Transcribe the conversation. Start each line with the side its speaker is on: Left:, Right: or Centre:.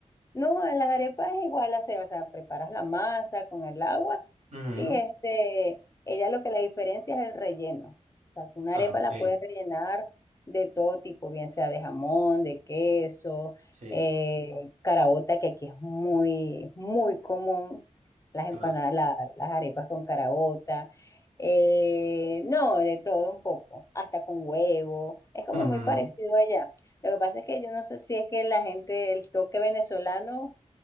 Left: No, en las arepas es igual, hace, o sea, preparas la masa con el agua
Right: Ujú.
Left: y este, ella lo que la diferencia es el relleno. O sea, tú una
Right: Ah,
Left: arepa
Right: ok.
Left: la puedes rellenar de todo tipo, bien sea de jamón, de queso,
Right: Sí,
Left: eh, caraota, que aquí es muy, muy común, las empanadas,
Right: claro.
Left: la- las arepas con caraota. eh, no, de todo un poco, hasta con huevo. Es como
Right: Ujú.
Left: muy parecido allá. Lo que pasa es que yo no sé si es que la gente, el toque venezolano